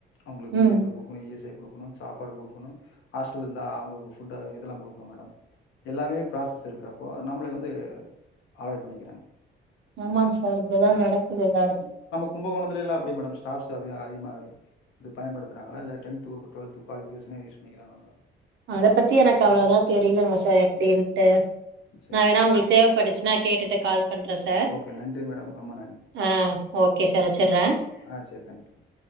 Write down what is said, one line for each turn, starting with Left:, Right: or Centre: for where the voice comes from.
Left: அவுங்ளுக் பி
Right: ம்.
Left: எஃபவு இ எஸ் ஜ ய குடுக்குணு சாப்பாடு குடுக்குணு ஹாஸ்டல்ல இர்ந்தா அவுங்குளுக்கு ஃபுட்ட இதெல்லா குடுக்குணு மேடம் எல்லாமே ப்ராசஸ் இருக்கிறப்போ நம்ள வந்து அவாய்ட் பண்ணிக்கிறாங்க
Right: ஆமாங் சார் அப்டிதா நடக்குது எல்லா எடத்துல்
Left: கும்பகோணத்துலலா எப்டி மேடம் ஸ்டாஃப்ஸு அதிக அதிகமாகு இது பயன்படுத்துறாங்களா இல்ல டென்த்துகபு டொல்த்து குவாலிபிகேஷனே யூஸ் பண்ணிகிறாங்ளா மேடம்
Right: அத பத்தி எனக்கு அவ்ளவா தெரிலங்க சார் எப்டின்ட்டு
Left: சரி
Right: நா வேணா
Left: சரி
Right: உங்களுக்
Left: மேடம்
Right: தேவப்பட்டுச்சுனா கேட்டுட்டு கால் பண்ற சார்
Left: ஓகே நன்றி மேடம் ரொம்ப
Right: ஆ ஓ கே சார் வச்சிட்ற
Left: அ சேரி தேங்க் யூ மா